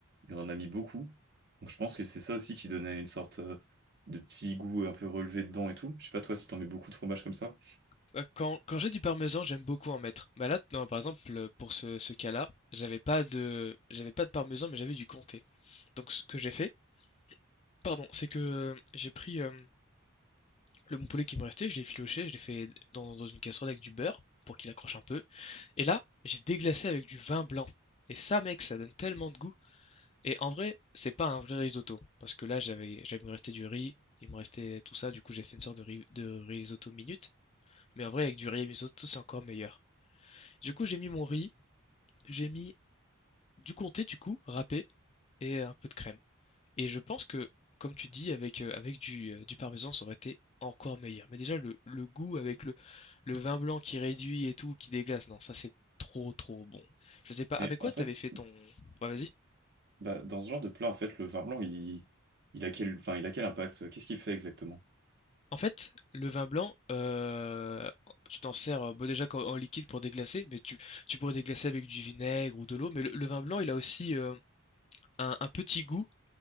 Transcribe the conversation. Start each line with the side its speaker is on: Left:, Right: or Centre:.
Right: et on en a mis beaucoup. Donc, je pense que c'est ça aussi qui donnait une sorte euh, de petit goût un peu relevé dedans et tout. Je sais pas toi si t'en mets beaucoup de fromage comme ça.
Left: Bah, Quand, quand j'ai du parmesan, j'aime beaucoup en mettre. Bah là, non, par exemple, euh, pour ce, ce cas-là, j'avais pas de, j'avais pas de parmesan, mais j'avais du comté. Donc ce que j'ai fait, pardon, c'est que euh, j'ai pris euh, le bon poulet qui me restait, je l'ai filoché, je l'ai fait dans, dans une casserole avec du beurre pour qu'il accroche un peu. Et là, j'ai déglacé avec du vin blanc. Et ça, mec, ça donne tellement de goût. Et en vrai, c'est pas un vrai risotto. Parce que là, j'avais, j'avais resté du riz, il me restait tout ça. Du coup, j'ai fait une sorte de, ri- de risotto minute. Mais en vrai, avec du riz et risotto, c'est encore meilleur. Du coup, j'ai mis mon riz, j'ai mis du comté, du coup, râpé, et un peu de crème. Et je pense que, comme tu dis, avec, euh, avec du, euh, du parmesan, ça aurait été encore meilleur. Mais déjà, le, le goût avec le, Le vin blanc qui réduit et tout, qui déglace, non, ça c'est trop trop bon. Je sais pas, avec
Right: Mais
Left: quoi
Right: en fait,
Left: t'avais fait ton... Bah vas-y.
Right: Bah, dans ce genre de plat, en fait, le vin blanc, il, il a quel, enfin, il a quel impact? Qu'est-ce qu'il fait exactement?
Left: En fait, le vin blanc, euh, tu t'en sers euh, bah, déjà qu'en- en liquide pour déglacer, mais tu, tu pourrais déglacer avec du vinaigre ou de l'eau, mais le, le vin blanc, il a aussi euh, un, un petit goût